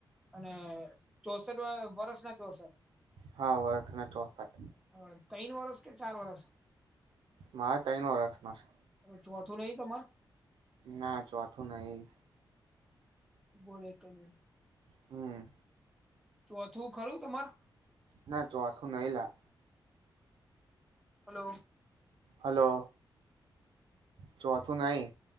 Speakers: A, in the centre; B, on the right.
A: અને ચોસઠ વર્ષ ના ચોસઠ.
B: હા વર્ષને ચોસાઠ.
A: હ તીન વર્ષે કે ચાર વર્ષ?
B: મા તૈ ન વરસ નો છે.
A: હવે ચોથું નઈ તમારે?
B: ના ચોથું નહી
A: બોલો કમે
B: હમ્મ.
A: ચોથું ખરું તમાર?
B: ના ચો આખું નઈલા.
A: હલો
B: હલો ચોથું નઈ